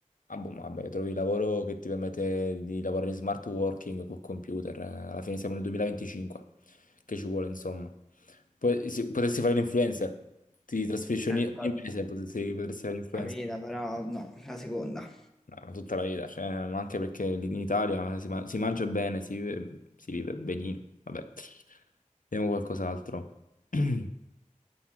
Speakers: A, on the left; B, in the centre.
A: Ah, boh, ma vabbè, trovi il lavoro che ti permette di lavorare in smart working col computer. eh. Alla fine siamo nel 2025, che ci vuole, insomma. Poi sì, potresti fare l'influencer, ti trasferisci
B: Eh,
A: ogni,
B: infatti,
A: ogni mese, potresti, potresti fare l'influencer.
B: Capita, però no, la seconda.
A: No, ma tutta la vita, cioè, ma anche perché lì in Italia si, ma- si mangia bene, si vive, si vive benino. Vabbè, vediamo qualcos'altro. <clears throat>